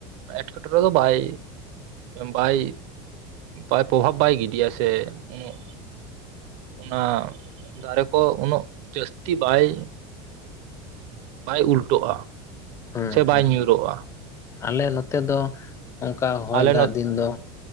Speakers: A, on the right (about 50°); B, on the left (about 20°).
A: ᱮᱴᱠᱮᱴᱚᱬᱮ ᱫᱚ ᱵᱟᱭ ᱵᱟᱭ ᱵᱟᱭ ᱯᱨᱚᱵᱵᱽ ᱵᱟᱭ ᱜᱤᱰᱤ ᱥᱮ ᱩᱱᱟᱜ ᱚᱱᱟ ᱫᱟᱨᱮ ᱠᱚ ᱩᱱᱟᱹᱜ ᱡᱟᱹᱥᱛᱤ ᱵᱟᱭ ᱵᱟᱭ ᱩᱞᱴᱚᱜᱼᱟ
B: ᱦᱮᱸ
A: ᱥᱮ ᱵᱟᱭ
B: ᱦᱮᱸ
A: ᱧᱩᱨᱩᱜᱼᱟ
B: ᱦᱮᱸ ᱟᱞᱮ ᱱᱚᱛᱮ ᱫᱚ ᱚᱱᱠᱟ ᱦᱚᱭ
A: ᱟᱞᱮ
B: ᱫᱟᱜ
A: ᱱᱚᱛ
B: ᱫᱤᱱ ᱫᱚ